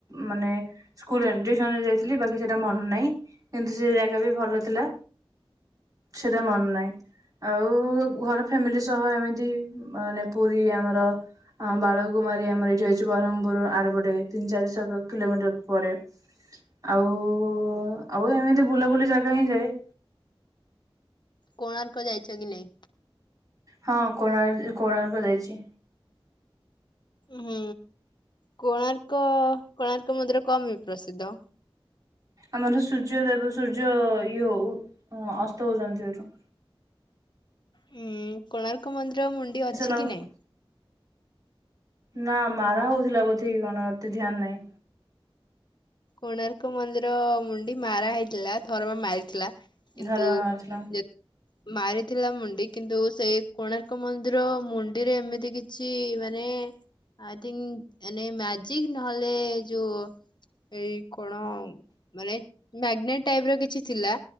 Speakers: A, on the right (about 40°); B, on the left (about 50°).
A: ମାନେ ସ୍କୁଲ <unintelligible> ଯାଇଥିଲି ବାକି ସେଟା ମନେ ନାଇଁ। କିନ୍ତୁ ସେ ଜାଗା ବି ଭଲ ଥିଲା ସେଟା ମନ ନାଇଁ ଆଉ ଘର ଫ୍ୟାମିଲି ସହ ଏମିତି ମାନେ ପୁରୀ ଆମର ଅଁ ବାଳକୁମାରୀ ଆମର ଏଇଠି ଅଛି ବରହମପୁର ଆରପଟେ ତିନି ଚାରିଶହ କିଲୋମିଟର ପରେ ଆଉ ଆଉ ଏମିତି ବୁଲାବୁଲି ଜାଗା ହିଁ ଯାଏ।
B: କୋଣାର୍କ ଯାଇଚ କି ନାଇଁ?
A: ହଁ କଣାର୍ କୋଣାର୍କ ଜାଇଚି।
B: ହୁଁ କୋଣାର୍କ କୋଣାର୍କ ମୁନ୍ଦିର କଅଁ ମାଇଁ ପ୍ରସିଦ୍ଧ?
A: ଆମର ସୂର୍ଯ୍ୟଦେବ ସୂର୍ଯ୍ୟ ଇଏ ଅସ୍ତ ହଉଛନ୍ତି ସେଠୁ।
B: ହୁଁ କୋଣାର୍କ ମନ୍ଦିର ମୁଣ୍ଡି ଅଛି
A: ଲୋକ
B: କି ନାଇଁ? <inaudible>
A: ନା ମାରା ହଉଥିଲା ବୋଧ କି କଣ ଏତେ ଧ୍ୟାନ ନାହିଁ।
B: କୋଣାର୍କ ମନ୍ଦିର ମୁଣ୍ଡି ମାରା ହେଇଥିଲା ଧରମା ମାରିଥିଲା। କିନ୍ତୁ
A: ଧରମା ମାରିଥିଲା
B: ମାରିଥିଲା ମୁଣ୍ଡି କିନ୍ତୁ ସେ କୋଣାର୍କ ମନ୍ଦିର ମୁ ରେ ଏମିତି କିଛି ରେ ଆଇଥୀଙ୍କ ମାନେ ମ୍ୟାଜିକ ନହେଲେ ଯୋଉ ଏଇ କଣ ମାନେ ମ୍ୟାଗନେଟ ଟାଇପ ର କିଛି ଥିଲା